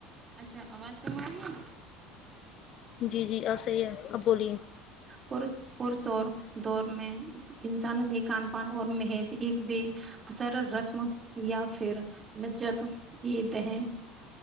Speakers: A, on the right; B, on the left.
A: اچھا آواز کم آ رہی ہے
B: جی جی اب صحیح ہے اب بولیے
A: پرس پرس اور دور میں انسان نے کان پان اور مہیج ایک بھی اثر رسم یا پھر لجت یہ دہن